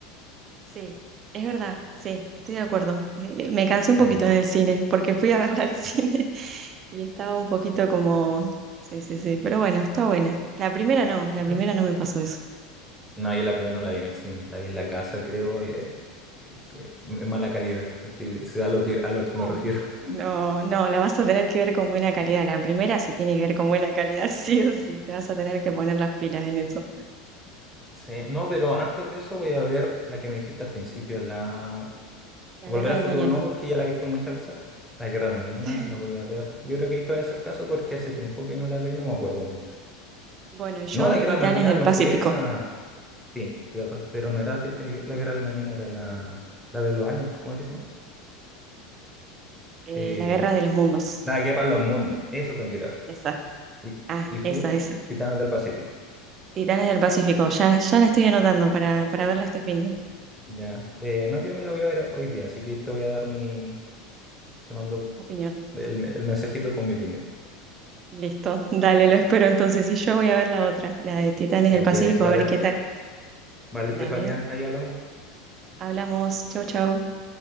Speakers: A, on the right; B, in the centre.
A: Sí, es verdad, sí, estoy de acuerdo. Eh, me cansé un poquito
B: Sí.
A: en el cine, porque fui a verla al <laughs> cine y estaba un poquito como... Sí, sí, sí, pero bueno, está buena. La primera no, la primera
B: Sí.
A: no me pasó eso.
B: No, yo la primera no la vi en el cine, la vi en la casa, creo, y, y- y- en mala calidad. Así es a lo que, a lo que
A: Ay,
B: me refiero. <laughs>
A: No, no, la vas a tener que ver con buena calidad. La primera se tiene que ver con buena calidad, <laughs> sí o sí. Te vas a tener que poner las pilas en eso.
B: Sí, no, pero antes de eso voy a ver la que me dijiste al principio, la...
A: La
B: Volver
A: guerra
B: al
A: del
B: futuro
A: mañana.
B: no, porque ya la he visto muchas veces. La Guerra del Mañana
A: <laughs>
B: la voy a ver. Yo creo que ahí te voy a hacer caso porque hace tiempo que no la veo y no me acuerdo mucho.
A: Bueno, y yo,
B: No, la
A: Titanes
B: Guerra del Mañana
A: del
B: no
A: Pacífico,
B: fue esa. Sí, de- pero no era ti- eh, la Guerra del Mañana, era la, la de los aliens. ¿Cómo es que se llama?
A: eh,
B: Eh,
A: la Guerra de los Mundos.
B: la Guerra de los Mundos. Esa tengo que ir a ver.
A: Esa.
B: ¿Y,
A: Ah,
B: y
A: esa,
B: tú?
A: esa.
B: Titanes del Pacífico.
A: Titanes del Pacífico, ya, ya la estoy anotando para, para verla este fin de
B: Ya. Eh, no, yo la voy a ver hoy día, así que te voy a dar mi... Te mando
A: opinión.
B: el, el mensajito con mi opinión.
A: Listo, dale, lo espero entonces.
B: Ya.
A: Y yo voy a ver la otra, la de Titanes
B: Ok,
A: del Pacífico,
B: vale,
A: a ver qué tal.
B: vale,
A: Dale,
B: Estefanía, ahí hablamos.
A: hablamos. Chau, chau.